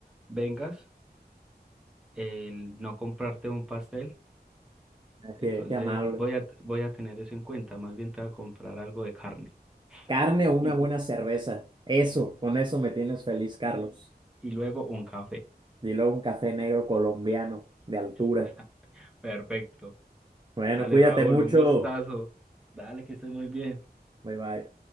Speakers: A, in the centre; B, on the right.
A: vengas, el no comprarte un pastel. Entonces
B: Qué, qué amable.
A: voy a, voy a tener eso en cuenta. Más bien te voy a comprar algo de carne.
B: Carne o una
A: <laughs>
B: buena cerveza. Eso, con eso me tienes feliz, Carlos.
A: y luego un café.
B: Y luego un café negro colombiano de altura.
A: <laughs> Perfecto.
B: Bueno,
A: Dale,
B: cuídate
A: Raúl,
B: mucho.
A: un gustazo. Dale, que estés muy bien.
B: Bye bye.